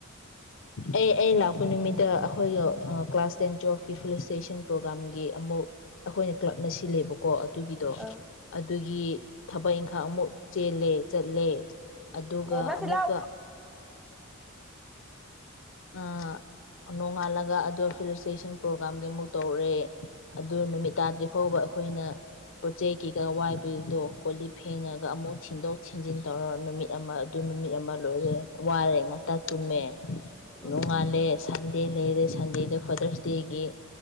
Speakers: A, on the left; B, in the centre.
A: ꯑꯩ ꯑꯩ ꯂꯥꯛ ꯅꯨꯃꯤꯗ ꯑꯩꯈꯣꯏꯒ ꯀ꯭ꯂꯥꯁ ꯇꯦꯟ ꯣꯀꯤ ꯐꯂꯤꯁ ꯏꯁꯇꯦꯁꯟ ꯄ꯭ꯔꯣꯒꯥꯥꯝꯒꯤ ꯑꯃꯨꯛ ꯑꯩꯈꯣꯏꯅ ꯀ꯭ꯂꯕꯅ ꯁꯤꯜꯂꯦꯕꯀꯣ ꯑꯗꯨꯒꯤꯗꯣ
B: ꯑ
A: ꯑꯗꯨꯒꯤ ꯊꯕꯛ ꯏꯪꯈꯥꯡ ꯑꯃꯨꯛ ꯆꯦꯜꯂꯦ ꯆꯠꯂꯦ ꯑꯗꯨꯒ
B: ꯕꯦꯝꯃ ꯁꯤ
A: ꯑꯃꯨꯛꯀ
B: ꯂꯥꯎ
A: ꯑ-ꯑ ꯅꯣꯡꯉꯥꯜꯂꯒ ꯑꯗ‌ꯣ ꯐꯤꯂꯤꯇ꯭ꯔꯦꯁꯟ ꯄ꯭ꯔꯣꯒ꯭ꯔꯥꯝꯒꯤ ꯑꯃꯨꯛ ꯇꯧꯔꯛꯦ ꯑꯗꯨ ꯅꯨꯃꯤꯠ ꯇꯥꯗ꯭ꯔꯤ ꯐꯥꯎꯕ ꯑꯩꯈꯣꯏꯅ ꯄꯣꯠ ꯆꯩ ꯀꯩꯀꯥ ꯋꯥꯏꯕꯒꯤꯗꯣ ꯀꯣ ꯂꯤꯛ ꯐꯦꯡꯉꯒ ꯑꯃꯨꯛ ꯊꯤꯟꯗꯣꯛ ꯊꯤꯟꯖꯤꯟ ꯇꯧꯔ ꯅꯨꯃꯤꯠ ꯑꯃ ꯑꯗꯨ ꯅꯨꯃꯤꯠ ꯑꯃ ꯂꯣꯏꯔꯦ ꯋꯥꯔꯦ ꯉꯟꯇꯥ ꯇꯨꯝꯃ‌ꯦ
B: ꯎꯝ
A: ꯅꯨꯡꯉꯂꯦ ꯁꯟꯗꯦ ꯑꯗꯩꯗꯤ ꯁꯟꯗꯦꯗ ꯐꯥꯗꯔꯁꯗꯦꯒꯤ